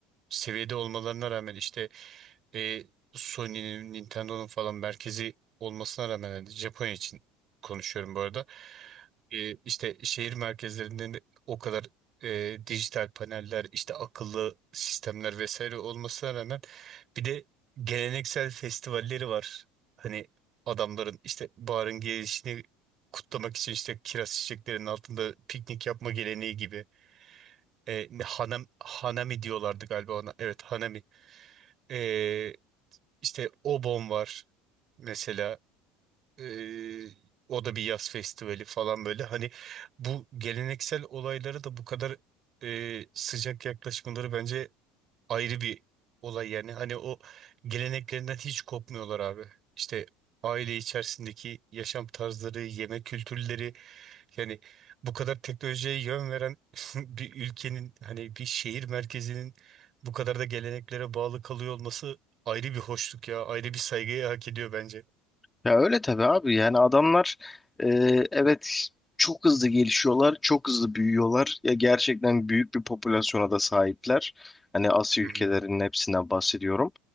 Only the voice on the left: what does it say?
Ya öyle tabii abi yani adamlar e, evet çok hızlı gelişiyorlar, çok hızlı büyüyorlar. Ya gerçekten büyük bir popülasyona da sahipler. Hani Asya
ülkelerinin
hepsinden bahsediyorum.